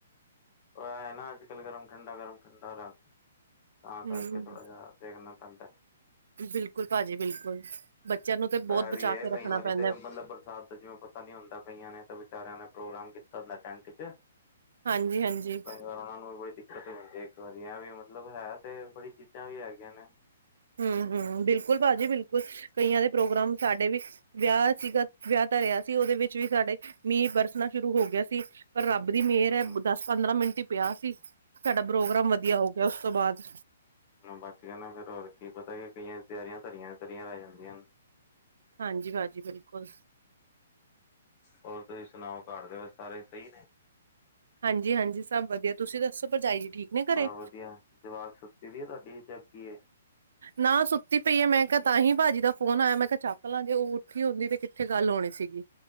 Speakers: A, on the left; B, on the right.
A: ਉਹ ਇਹ ਨਾ ਅੱਜ ਕੱਲ ਗਰਮ ਠੰਡਾ ਗਰਮ ਠੰਡਾ ਰਖ ਤਾਂ
B: ਹਮ
A: ਕਰਕੇ ਥੋੜਾ ਜਿਹਾ ਦੇਖਣਾ ਪੈਂਦਾ।
B: ਬਿਲਕੁਲ ਭਾਜੀ ਬਿਲਕੁਲ। ਬੱਚਿਆਂ ਨੂੰ ਤੇ ਬਹੁਤ
A: ਇਹ
B: ਬਚਾ
A: ਵੀ ਹੈ
B: ਕੇ
A: ਕਈ
B: ਰੱਖਣਾ
A: ਵਾਰੀ
B: ਪੈਂਦਾ
A: ਤੇ ਮਤਲਬ ਬਰਸਾਤ। ਜਿਵੇਂ ਪਤਾ ਨੀ ਹੁੰਦਾ ਕਈਆਂ ਨੇ ਤੇ ਵਿਚਾਰਿਆਂ ਨੇ ਪ੍ਰੋਗਰਾਮ ਕੀਤਾ ਹੁੰਦਾ ਟੈਂਟ ਚ।
B: ਹਾਂਜੀ ਹਾਂਜੀ।
A: ਫਿਰ ਉਹਨਾਂ ਨੂੰ ਵੀ ਬੜੀ ਦਿੱਕਤ ਹੁੰਦੀ ਇੱਕ ਵਾਰੀ ਆ ਵੀ ਮਤਲਬ ਹੈ ਤੇ ਬੜੀ ਚੀਜ਼ਾਂ ਵੀ ਹੈਗੀਆਂ ਨੇ।
B: ਹਮ ਹਮ ਬਿਲਕੁਲ ਭਾਜੀ ਬਿਲਕੁਲ ਕਈਆਂ ਦੇ ਪ੍ਰੋਗਰਾਮ ਸਾਡੇ ਵੀ। ਵਿਆਹ ਸੀਗਾ, ਵਿਆਹ ਤਰਿਹਾ ਸੀ ਉਹਦੇ ਵਿੱਚ ਵੀ ਸਾਡੇ ਮੀਂਅ ਬਰਸਣਾ ਸ਼ੁਰੂ ਹੋ ਗਿਆ ਸੀ। ਪਰ ਰੱਬ ਦੀ ਮਿਹਰ ਐ
A: ਹਮ
B: ਦਸ-ਪੰਦਰਾਂ ਮਿੰਟ ਈ ਪਿਆ ਸੀ, ਸਾਡਾ ਪ੍ਰੋਗਰਾਮ ਵਧੀਆ ਹੋ ਗਿਆ ਉਸ ਤੋਂ ਬਾਅਦ।
A: ਬਸ ਗਿਆ ਨਾ ਫਿਰ ਹੋਰ ਕੀ, ਪਤਾ ਕਿ ਕਈਆਂ ਦੀ ਤਿਆਰੀਆਂ ਧਰੀਆਂ ਤਰੀਆਂ ਰਹਿ ਜਾਂਦੀਆਂ ਨੇ।
B: ਹਾਂਜੀ ਭਾਜੀ ਬਿਲਕੁਲ।
A: ਹੋਰ ਤੁਸੀਂ ਸੁਣਾਓ ਘਰ ਦੇ ਵਿੱਚ ਸਾਰੇ ਸਈ ਨੇ।
B: ਹਾਂਜੀ ਹਾਂਜੀ, ਸਭ ਵਧੀਆ ਤੁਸੀਂ ਦੱਸੋ। ਭਰਜਾਈ ਜੀ ਠੀਕ ਨੇ ਘਰੇ
A: ਹਾਂ ਵਧੀਆ, ਜਵਾਕ ਸੁੱਤੀ ਦੀ ਏ ਤਾਡੀ ਜਾਗੀ ਐ।
B: ਨਾ ਸੁੱਤੀ ਪਈ ਐ ਮੈਂ ਕਿਆ ਤਾਂਹੀ ਭਾਜੀ ਦਾ ਫੋਨ ਆਇਆ ਮੈਂ ਕੇ ਚੱਕ ਲਾਂ ਜੇ ਉਹ ਉੱਠੀ ਹੁੰਦੀ ਤੇ ਉੱਥੇ ਗੱਲ ਹੋਣੀ ਸੀਗੀ।